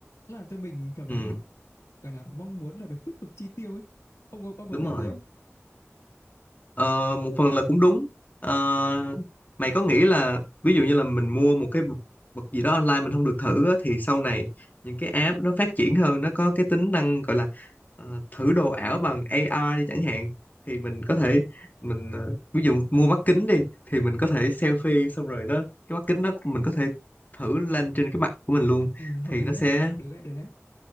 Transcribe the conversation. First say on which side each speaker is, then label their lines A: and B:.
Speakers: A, on the left; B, on the left.
A: Làm cho mình cảm thấy
B: ừ,
A: gọi là mong muốn là được tiếp tục chi tiêu ấy Ông, ông, ông có
B: đúng
A: thấy
B: rồi
A: thế không?
B: Ờ, một phần là cũng đúng Ờ, mày có nghĩ là ví dụ như là mình mua một cái vật gì đó online mình không được thử á, thì sau này những cái app nó phát triển hơn nó có cái tính năng gọi là ờ, thử đồ ảo bằng AR đi chẳng hạn thì mình có thể mình ờ, ví dụ mua mắt kính đi thì mình có thể selfie xong rồi nó cái mắt kính đó mình có thể thử lên trên cái mặt của mình luôn
A: Ừ, hợp
B: thì
A: lý
B: nó sẽ
A: á, được đấy, được đấy